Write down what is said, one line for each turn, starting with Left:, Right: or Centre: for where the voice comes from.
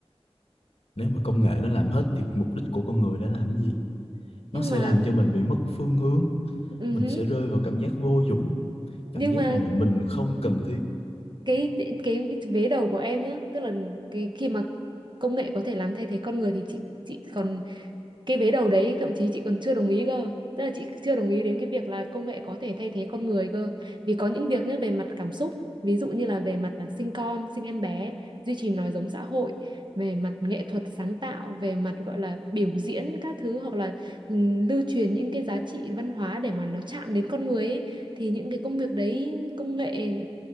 Left: nếu mà công nghệ nó làm hết thì mục đích của con người đã làm cái gì
Right: nhưng
Left: nó sẽ
Right: mà
Left: làm cho mình bị mất phương hướng
Right: ừ
Left: mình
Right: hứ,
Left: sẽ rơi vào cảm giác vô dụng cảm
Right: nhưng
Left: giác
Right: mà
Left: rằng là
Right: ừ,
Left: mình không cần thiết
Right: cái cái vế đầu của em nhá tức là cái khi mà công nghệ có thể làm thay thế con người thì chị chị còn cái vế đầu đấy thậm chí chị còn chưa đồng ý cơ tức là chị chưa đồng ý đến cái việc là công nghệ có thể thay thế con người cơ vì có những việc nhá về mặt cảm xúc ví dụ như là về mặt là sinh con sinh em bé duy trì nói giống xã hội về mặt nghệ thuật sáng tạo về mặt gọi là biểu diễn các thứ hoặc là ừm, lưu truyền những cái giá trị văn hóa để mà nó chạm đến con người ấy, thì những cái công việc đấy công nghệ